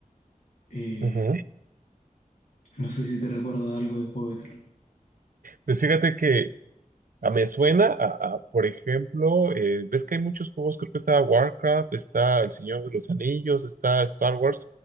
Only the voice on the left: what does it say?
Eh,
no sé si te recuerda algo de Juego de Tronos.